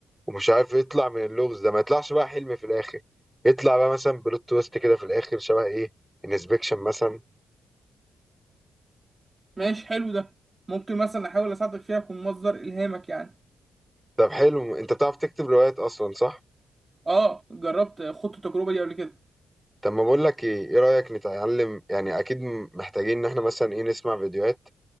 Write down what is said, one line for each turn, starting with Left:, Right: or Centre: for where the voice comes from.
Centre: ومش عارف يطلع من اللغز ده ما يطلعش بقى حلم في الآخر يطلع بقى مثلا بلوت تويست كده في الآخر شبه ايه انسبكشن مثلا
Right: ماشي حلو ده ممكن مثلا احاول اساعدك فيها اكون مصدر الهامك يعني
Centre: طب حلو انت بتعرف تكتب روايات اصلا صح؟
Right: اه جربت آه، خدت التجربه دي قبل كده
Centre: طب ما بقول لك ايه ايه رأيك نتعلم يعني اكيد م- محتاجين ان احنا مثلا ايه نسمع فيديوهات